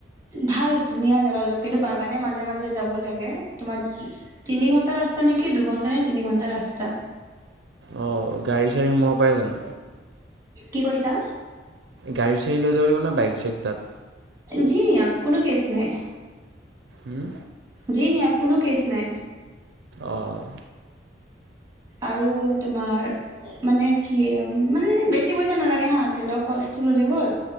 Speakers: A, on the right; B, on the right.
A: ভাল ধুনীয়া জাগা কিন্তু বাগানে মাজে মাজে যাব লাগে তোমাৰ তিনি ঘণ্টা ৰাস্তা নেকি দুঘণ্টা নে তিনি ঘণ্টা ৰাস্তা।
B: অ গাড়ী চাড়ী সোমাব পৰে জানো?
A: কি কৈছা?
B: গাড়ী চাড়ী লৈ যাব লিব ন বাইক চাইক তাত
A: যি নিয়ক কোনো কেছ নাই।
B: উম,
A: জি নিয়ক কোনো কেছ নাই
B: অ',
A: আৰু আৰু তোমাৰ মানে কি মানে বেছি পইচা নালাগে হা তেলৰ খৰচটো ল'লে হ'ল,